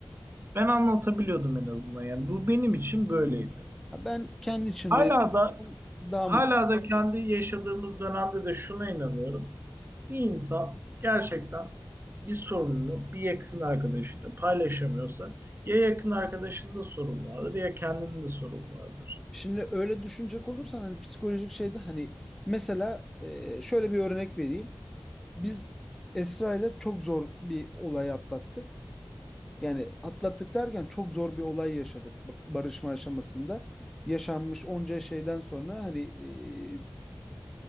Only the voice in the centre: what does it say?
Ha, ben kendi içimde
yaşarsam
daha
mutlu.
Şimdi öyle düşünecek olursan hani psikolojik şeyde hani mesela e, şöyle bir örnek vereyim. Biz Esra ile çok zor bir olay atlattık. Yani atlattık derken çok zor bir olay yaşadık ba- barışma aşamasında. Yaşanmış onca şeyden sonra hani e,